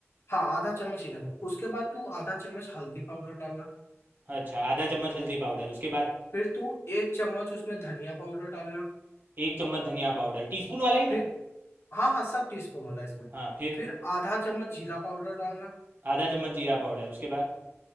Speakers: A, on the left; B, on the right.
A: हाँ आधा चम्मच ही ना उसके बाद तू आधा चम्मच हल्दी पाउडर डालना
B: अच्छा आधा चम्मच हल्दी पाउडर उसके बाद
A: फिर तू एक चम्मच उसमें धनिया पाउडर डालना
B: एक चम्मच धनिया पाउडर टीस्पून वाला ही ना
A: फिर हाँ हाँ सब टी स्पून वाला इसमें
B: हाँ फिर
A: फिर आधा चम्मच जीरा पाउडर डालना
B: आधा चम्मच जीरा पाउडर उसके बाद